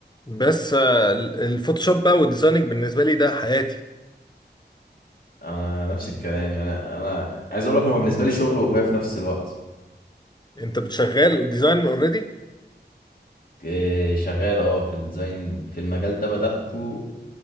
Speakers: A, on the left; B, on the left.
A: بس آه، ال- الفوتوشوب بقى والديزايننج بالنسبه لي ده حياتي
B: انا نفس الكلام يعني انا عايز اقول لك هو بالنسبه لي شغل وهي في نفس الوقت
A: انت بتشغل ديزاين اوريدي
B: إيه، شغال اه في الديزاين في المجال ده بدأته